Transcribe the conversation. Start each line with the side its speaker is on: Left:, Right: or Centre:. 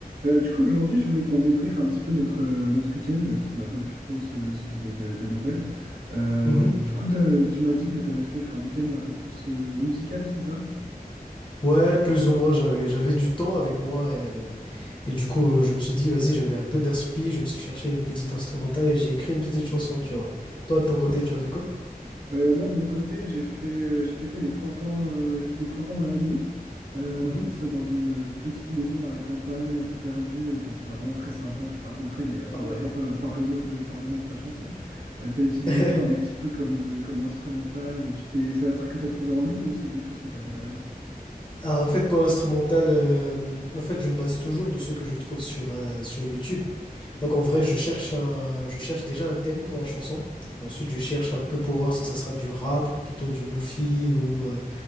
Right: Euh, du coup, aujourd'hui, je voulais qu'on débriefe un petit peu notre, euh, notre week-end, parce qu'on n'a pas pu trop se, se donner de, de nouvelles. Euh,
Left: Mhm.
Right: du coup, t'as- tu m'as dit que tu avais fait un week-end un peu plus euh, musical, c'est ça?
Left: Ouais, plus ou moins, j'avais j'avais du temps avec moi et, euh, et du coup, euh, je me suis dit, vas-y, j'avais un peu d'inspi, je me suis cherché une petite instrumentale et j'ai écrit une petite chanson, tu vois. Toi, de ton côté, tu as fait quoi?
Right: Euh, moi, de mon côté, j'ai fait, euh, j'ai fêté les trente ans, euh, les fêtes des 30 ans d'un ami. Euh, on
Left: Mhm.
Right: a fait ça dans une petite maison à la campagne, un peu perdue. Enfin, c'était vraiment très sympa, je te raconterai. Mais attends,
Left: Ah
Right: d'abord,
Left: ouais.
Right: euh, parle-moi de, parle-moi de ta chanson. Euh, t'as utilisé
Left: <laughs>
Right: quoi un petit peu comme, euh, comme instrumental? Tu t'es, c'est un truc que t'as trouvé en ligne ou c'est quelque chose que t'as fait toi-même?
Left: Ah, en fait, pour l'instrumental, euh, en fait, je me base toujours de ce que je trouve sur, euh, sur YouTube. Donc, en vrai, je cherche un, je cherche déjà un thème pour la chanson. Ensuite, je cherche un peu pour voir si ça sera du rap, plutôt du lofi ou, euh,